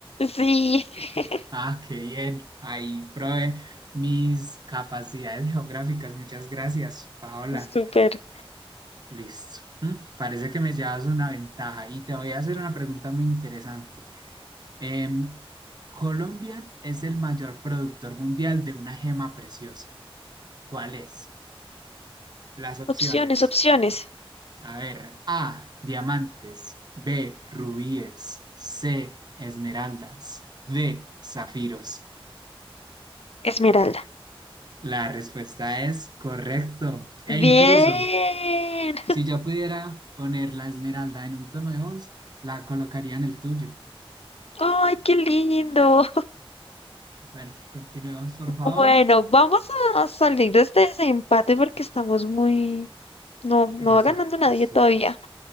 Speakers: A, on the left; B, on the right.
A: Sí. <laughs>
B: Ah, qué bien. Ahí probé mis capacidades geográficas. Muchas gracias, Paola.
A: Súper.
B: Listo. Mm, Parece que me llevas una ventaja y te voy a hacer una pregunta muy interesante. Em, Colombia es el mayor productor mundial de una gema preciosa. ¿Cuál es? Las opciones.
A: Opciones, opciones.
B: A ver, A, diamantes, B, rubíes, C, esmeraldas, D, zafiros.
A: Esmeralda.
B: La respuesta es correcto. E
A: Bien.
B: incluso, si yo pudiera poner la esmeralda en un tono de voz, la colocaría en el tuyo.
A: Ay, qué lindo.
B: Bueno, continuemos, por favor.
A: Bueno, vamos a salir de este desempate porque estamos muy... No, no
B: Exacto,
A: va ganando nadie
B: sí.
A: todavía.